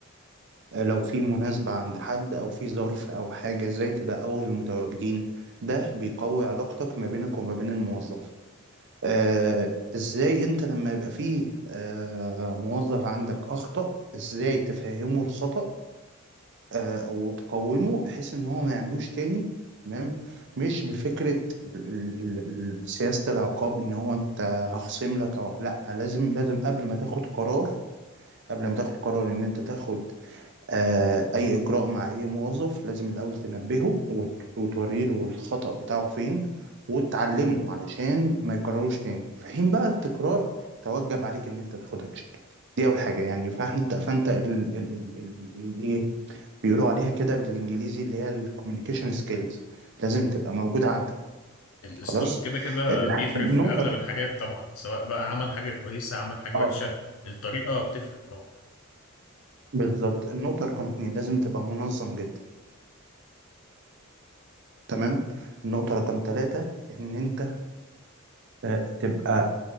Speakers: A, on the right; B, on the left.
A: لو في مناسبة عند حد أو في ظرف أو حاجة إزاي تبقى أول المتواجدين ده بيقوي علاقتك ما بينك وما بين الموظف آه إزاي أنت لما يبقى فيه آه موظف عندك أخطأ إزاي تفهمه الخطأ آه وتقومه بحيث إن هو ما يعملوش تاني تمام مش بفكرة ال- ال- ال- سياسة العقاب إن هو أنت هخصم لك أو لأ لازم لازم قبل ما تاخد قرار قبل ما تاخد قرار إن أنت تاخد آه، أي إجراء مع أي موظف لازم الأول تنبهه وت- وتوري له الخطأ بتاعه فين وتعلمه علشان ما يكرروش تاني في حين بقى التكرار توجب عليك إن أنت تاخد أكشن دي أول حاجة يعني فأنت فأنت ال ال ال ال ال- إيه بيقولوا عليها كده بالإنجليزي اللي هي الكوميونيكيشن سكيلز لازم تبقى موجودة عندك
B: الاسلوب
A: خلاص
B: كده كده
A: ال-
B: بيفرق
A: النقطة
B: في اغلب الحاجات طبعا سواء بقى عمل حاجه كويسه عمل حاجه
A: اه
B: وحشه الطريقه بتفرق طبعا
A: بالظبط النقطة رقم اتنين لازم تبقى منظم جدا تمام النقطة رقم ثلاثة إن أنت آه، تبقى